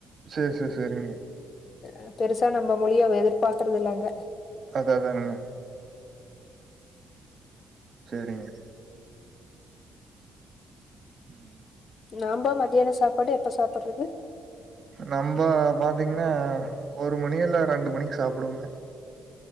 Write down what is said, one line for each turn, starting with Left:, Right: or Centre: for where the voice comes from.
Right: சேர் சேர் சேரிங்க
Left: அ அ பெருசா நம்மோ மொழிய அவ எதிர்பாக்குறது இல்லங்க
Right: அதா தானுங்க செரிங்க ம் உம்
Left: நாம்ப மதியானம் சாப்பாடு எப்ப சாப்புட்றது
Right: நம்ப பாத்தீங்கன்னா ஒரு மணி இல்ல ரெண்டு மணிக்கு சாப்புடுவோங்க